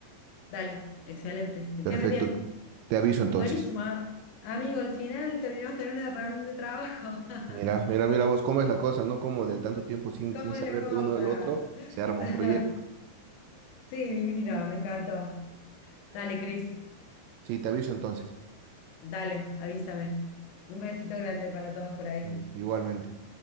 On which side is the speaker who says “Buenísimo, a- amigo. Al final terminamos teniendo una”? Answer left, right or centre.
Left